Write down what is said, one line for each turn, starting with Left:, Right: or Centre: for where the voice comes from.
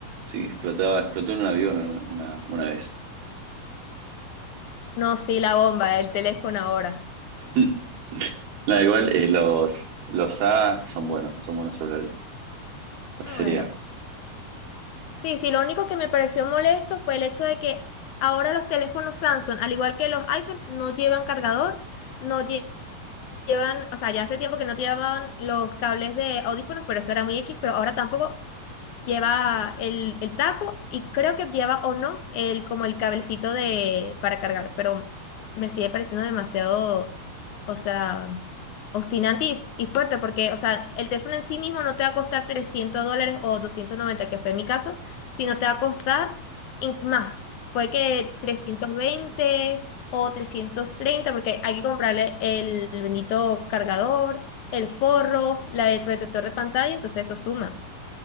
Right: Sí, explotaba, explotó en un avión una, una vez.
Left: No, sí, la bomba, el teléfono ahora.
Right: <laughs> Nada, igual eh, los, los A son buenos, son buenos celulares. La
Left: Ah,
Right: serie
Left: bueno.
Right: A.
Left: Sí, sí, lo único que me pareció molesto fue el hecho de que ahora los teléfonos Samsung, al igual que los iPhone, no llevan cargador, no lle- llevan, o sea, ya hace tiempo que no te llevaban los cables de audífonos, pero eso era muy X, pero ahora tampoco. Lleva el, el taco y creo que lleva o no el como el cablecito de para cargar, pero me sigue pareciendo demasiado, o sea, obstinante y, y fuerte porque, o sea, el teléfono en sí mismo no te va a costar 300 dólares o 290 que fue mi caso, sino te va a costar in- más. Puede que 320 o 330 porque hay que comprarle el bendito cargador, el forro, la, el protector de pantalla, entonces eso suma.